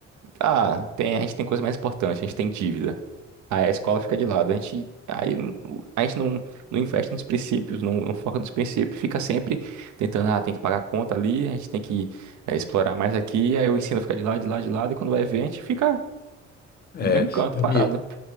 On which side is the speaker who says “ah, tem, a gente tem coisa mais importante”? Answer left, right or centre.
Right